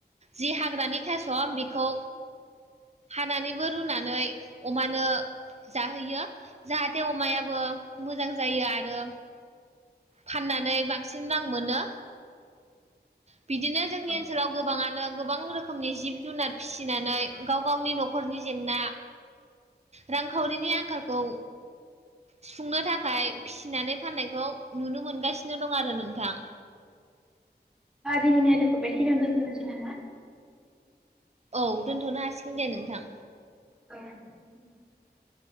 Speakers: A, on the right (about 40°); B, in the centre.
A: जि हाग्रानि थास' आं बेखौ हानानैबो रुनानै अमानो जाहोयो जाहाथे अमायाबो मोजां जायो आरो फाननानै बांसिन रां मोनो। बिदिनो जोंनि
B: औ
A: ओनसोलाव गोबाङानो गोबां रोखोमनि जिब-जुनार फिसिनानै गाव गावनि न'खरनि जेंना रांखावरिनि आंखालखौ सुफुंनो थाखाय फिसिनानै फाननायखौ नुनो मोनगासिनो दं आरो नोंथां।
B: दिनैनि आयदाखौ बेखिनियावनो दोनथ निसै नामा?
A: औ दोनथनो हासिगोन दे नोंथां।
B: औ